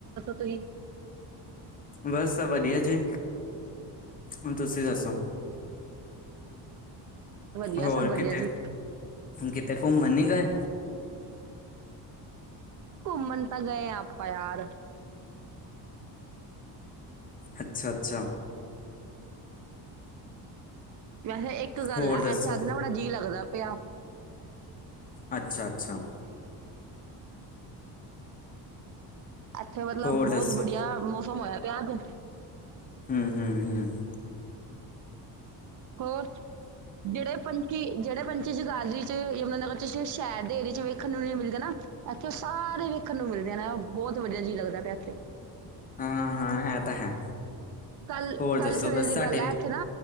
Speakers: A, on the right; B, on the left.
A: ਤੁਹੀ
B: ਬਸ ਵਧੀਆ ਜੀ, ਹੁਣ ਤੁਸੀਂ ਦੱਸੋ?
A: ਵਧੀਆ,
B: ਹੋਰ
A: ਸਭ ਵਧੀਆ
B: ਕਿਤੇ
A: ਜੀ।
B: ਕਿਤੇ ਘੁੰਮਣ ਨੀ ਗਏ?
A: ਘੁੰਮਣ ਤਾਂ ਗਏ ਆ ਆਪਾਂ ਯਾਰ।
B: ਅੱਛਾ-ਅੱਛਾ।
A: ਵੈਸੇ ਇੱਕ ਗੱਲ
B: ਹੋਰ
A: ਆ,
B: ਦੱਸੋ
A: ਇੱਥੇ ਆਜ ਨਾ ਬੜਾ ਜੀਅ ਲੱਗਦਾ ਪਿਆ।
B: ਅੱਛਾ- ਅੱਛਾ।
A: ਐਥੇ ਮਤਲਬ
B: ਹੋਰ
A: ਬੋਤ
B: ਦੱਸੋ
A: ਬਡੀਆ ਮੌਸਮ ਹੋਇਆ। ਕਿਆ ਦੂ?
B: ਹਮ, ਹਮ, ਹਮ।
A: ਹੋਰ ਜਿਹੜੇ ਪੰਜ ਕੀ ਜੇੜੇ ਪੰਛੀ ਜਗਾਦਰੀ ਚ ਯਮੁਨਾ ਨਗਰ 'ਚ ਸ਼ਹਿਰ ਦੇ ਏਰੀਏ 'ਚ ਵੇਖਣ ਨੂੰ ਨਹੀਂ ਮਿਲਦੇ ਨਾ, ਇੱਥੇ ਸਾਰੇ ਵੇਖਣ ਨੂੰ ਮਿਲਦੇ ਨੇ, ਬਹੁਤ ਵਧੀਆ ਜੀ ਲੱਗਦਾ ਪਿਆ ਇੱਥੇ।
B: ਹਾਂ, ਹਾਂ, ਐ ਤਾਂ ਹੈ।
A: ਕੱਲ,
B: ਹੋਰ
A: ਕੱਲ
B: ਦੱਸੋ
A: ਸਵੇਰੇ
B: ਬਸ
A: ਦੀ
B: ਸਾਡੇ
A: ਗੱਲ ਹੈ ਐਥੇ ਨਾ